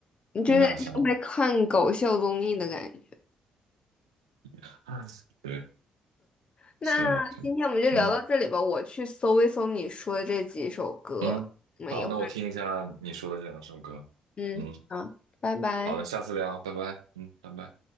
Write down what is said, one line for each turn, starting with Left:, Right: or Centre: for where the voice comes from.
Left: 你就有点像在看搞笑综艺的感觉。
Right: 挺搞笑的。<laughs> 对，
Left: 那今天我们就聊到这里吧，
Right: 是的，是的。嗯
Left: 我去搜一搜你说的这几首歌。
Right: 嗯，
Left: 没有。
Right: 好，那我听一下你说的这两首歌。
Left: 嗯，
Right: 嗯，
Left: 好，拜拜。
Right: 好的，下次聊，拜拜。嗯，拜拜。